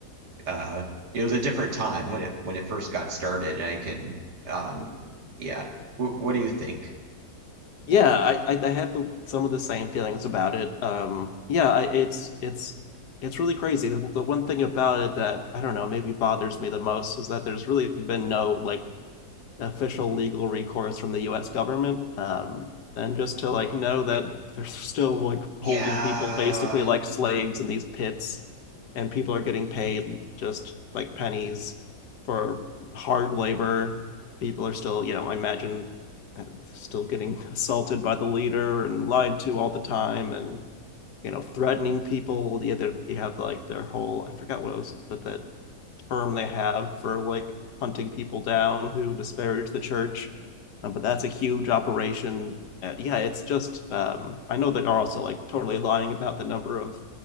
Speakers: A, on the right; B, on the left.
A: uh, it was a different time when it when it first got started. And I can um, yeah. W- what do you think?
B: yeah. I, I I have some of the same feelings about it. Um, yeah, I, it's it's it's really crazy. The, the one thing about it that I don't know maybe bothers me the most is that there's really been no like official legal recourse from the U.S. government, um, and just to like know that they're still like
A: Yeah,
B: holding people basically like slaves in these pits, and people are getting paid just like pennies for hard labor. People are still, you know, I imagine uh, still getting assaulted by the leader and lied to all the time, and you know, threatening people. Yeah, they they have like their whole I forgot what it was, but that term they have for like hunting people down who disparage the church. Um, but that's a huge operation. Uh, yeah, it's just um, I know they are also like totally lying about the number of